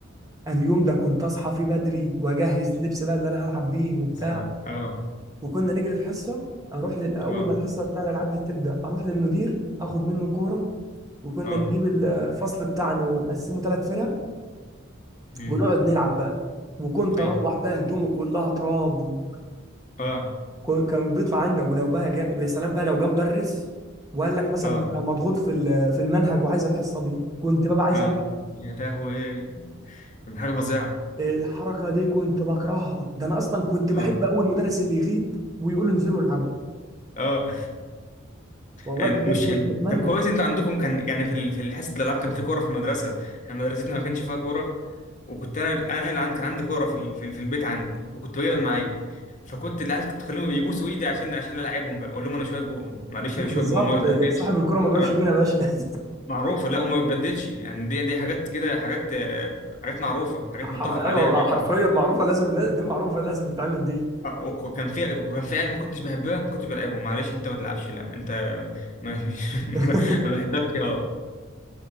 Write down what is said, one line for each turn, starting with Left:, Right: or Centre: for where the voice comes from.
Right: أنا اليوم ده كنت اصحى فيه بدري واجهز لبس بقى اللي انا هلعب بيه وبتاع
Left: سلام اه
Right: وكنا نجري الحصه اروح لل- اول
Left: اه
Right: ما الحصه بتاع الالعاب دي تبدا اروح للمدير اخد منه الكوره وكنا
Left: اه
Right: نجيب ال- الفصل بتاعنا ونقسمه ثلاث فرق
Left: امم
Right: ونقعد نلعب بقى وكنت
Left: اي
Right: اروح بقى هدومه كلها تراب
Left: اه
Right: وك- كان بيطلع عنا ولو بقى جا... يا سلام بقى لو جه مدرس وقال لك مثلا
Left: اه
Right: انا مضغوط في ال- في المنهج وعايز الحصه دي كنت بقى عايز
Left: اه
Right: أت-
Left: يا لهوي حاجه فظيعه
Right: الحركه دي كنت بكرهها ده انا اصلا كنت بحب
Left: اه
Right: اول مدرس اللي يغيب ويقول له انزلوا العبوا
Left: اه
Right: والله
Left: يعني
Right: كنت بجد
Left: مش
Right: كنت
Left: يعني
Right: بتمنى
Left: طب كويس انتوا عندكم كان يعني في ال- في حصه الالعاب كان في كوره في المدرسه احنا مدرستنا ما كانش فيها كوره وكنت انا انا اللي عن- كان عندي كوره في ال- في ال- في البيت عندي وكنت بجيبها معايا فكنت العيال كنت بخليهم يبوسوا ايدي عشان عشان العبهم بقى اقول لهم انا شايف جون معلش
Right: ب-
Left: انا شايف
Right: بالظبط
Left: جون ما بتبدلش
Right: صاحب الكرة ما بيبقاش
Left: انا
Right: جون يا باشا <laughs>
Left: معروفه لا وما بتبدلش يعني دي دي حاجات كده حاجات آه، حاجات معروفه حاجات
Right: ح-
Left: متفق
Right: ايوه
Left: عليها دايما
Right: حرفيا معروفه لازم لا- دي معروفه لازم تتعمل دي
Left: آه، وك- وكان في كان في عيال ما كنتش بحبها ما كنتش بلعبهم معلش انت ما تلعبش لا انت ما <laughs>
Right: <laughs>
Left: ما ما بحبكش يا